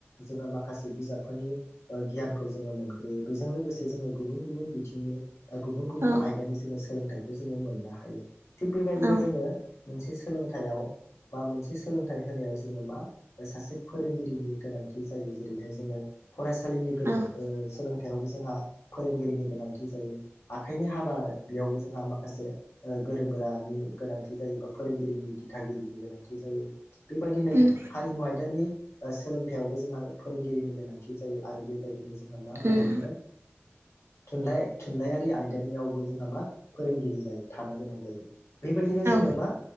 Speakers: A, on the left; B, on the right.
A: जोङो माखासे बिजाबफोरनि गियानखौ जोङो मोनग्रोयो। बेजों लोगोसे जोङो गुबुन गुबुन बिथिं गुबुन गुबुन
B: औ
A: आयदानि जोङो सोलोंथाइखौ जोङो मोननो हायो। थिग बेबायदिनो
B: औ
A: जोङो मोनसे सोलोंथाइयाव बा मोनसे सोलोंथाइ होनायाव जोङो मा सासे फोरोंगिरिनि गोनांथि जायो। जेरैहाय जोङो फरायसालिनि
B: औ
A: सोलोंथाइयावबो जोंहा फोरोंगिरिनि गोनां थि जायो। आखाइनि हाबा बेयावबो जोंहा माखासे गोरों गोरानि गोनांथि जायो बा फोरोंगिरिनि दिथागिरिनि गोनांथि जायो। बेबायदिनो
B: उम
A: हारिमु आयदानि सोलोंथाइयावबो जोंहा फोरोंगिरिनि गोनांथि जायो आरो बेबायदिनो जों जोंहा मा होननानै
B: उम
A: बुङो, थुनलाइ थुनलाइयारि आयदानियावबो जोंहा मा फोरोंगिरि जायो। थानो गोनां जायो बेबायदिनो
B: औ
A: जोङो
B: उम औ
A: ओ मा